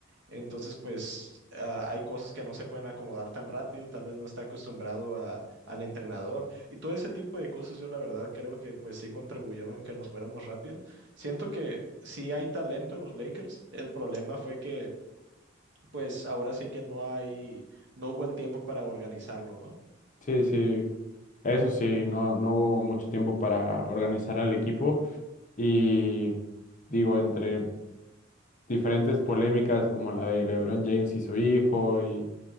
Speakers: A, on the right (about 60°); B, on the left (about 40°).
A: entonces pues ah, hay cosas que no se pueden acomodar tan rápido, tal vez no está acostumbrado a- al entrenador y todo ese tipo de cosas yo la verdad creo que pues sí contribuyeron en que nos fuéramos rápido. Siento que sí hay talento en los Lakers, el problema fue que pues ahora sí que no hay, no hubo el tiempo para organizarlo, ¿no?
B: Sí, sí. Eso sí, no, no hubo mucho tiempo para organizar al equipo. Y digo, entre diferentes polémicas como la de LeBron James y su hijo y